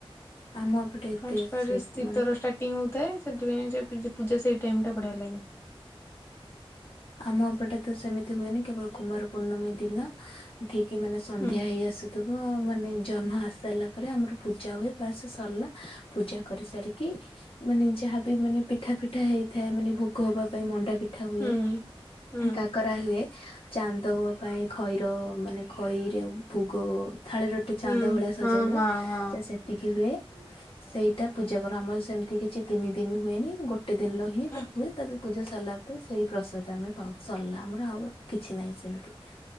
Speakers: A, on the left; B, on the left.
A: ଆମ ଏପଟେ ଏତେ
B: ଫାଷ୍ଟ୍ ଫାଷ୍ଟ୍
A: ସେ
B: ସ୍ଥିତରଷ୍ଟା
A: ମାନେ
B: ଟିଂ ହଉଥାଏ ସେଥିପାଇଁ ସେ ପୂଜା ପୂଜା ସେଇ ଟାଇମ୍ ଟା ବଢିଆ ଲାଗେ।
A: ଆମ ଏପଟେ ତ ସେମିତି ହୁଏନି କେବଳ କୁମାର ପୂର୍ଣମୀ ଦିନ ଠିକି ମାନେ ସନ୍ଧ୍ୟା
B: ହୁଁ
A: ହେଇ ଆସୁ ଥୁବ ମାନେ ଜହ୍ନ ଆସି ସାଇଲା ପରେ ଆମର ପୂଜା ହୁଏ ବାସେ ସରିଲା। ପୂଜା କରି ସାରିକି ମାନେ ଯାହାବି ମାନେ ପିଠା ଫିଠା ହେଇଥାଏ ମାନେ ଭୋଗ ହବା ପାଇଁ ମଣ୍ଡା ପିଠା ହୁଏ
B: ହୁଁ ହୁଁ
A: ତା <inaudible> କରାହୁଏ ଚାନ୍ଦ ହବା ପାଇଁ ଖଇର ମାନେ ଖଇର ଭୋଗ ଥାଳିର ଗୋଟେ ଚାନ୍ଦ
B: ହୁଁ
A: ଭଳିଆ ସଜାଯାଏ
B: ହଁ ହଁ
A: ଏତିକି ହୁଏ ସେଇଟା ପୂଜା କର ଆମର ସେମିତି କିଛି ତିନି ଦିନି ହୁଏନି ଗୋ ଗୋଟେ ଦିନ ହିଁ
B: ହଁ।
A: ତା ହୁଏ ତାପରେ ପୂଜା ସାରିଲା ପରେ ସେଇ ପ୍ରସ୍ ସାଦ ଆମେ ପାଉ ସରିଲା ଆମର ଆଉ କିଛି ନାହିଁ ସେମିତି।